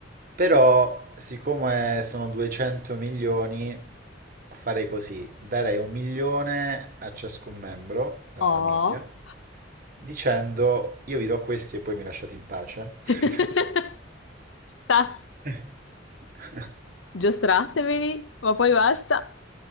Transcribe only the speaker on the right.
però siccome sono 200 milioni, farei così, darei un milione a ciascun membro della
famiglia, dicendo io vi do questi e poi mi lasciate in pace. <laughs> Nel senso-
<laughs>